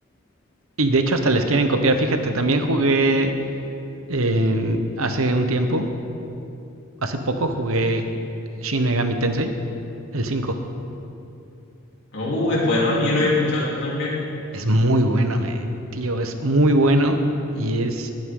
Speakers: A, on the right (about 80°); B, on the left (about 55°).
A: Y de hecho hasta les quieren copiar. Fíjate, también jugué en- hace un tiempo, hace poco jugué
B: Ujú.
A: Shin Megami Tensei, el 5.
B: Uh, es bueno, yo lo había escuchado también.
A: Es muy bueno, eh, tío, es muy bueno y es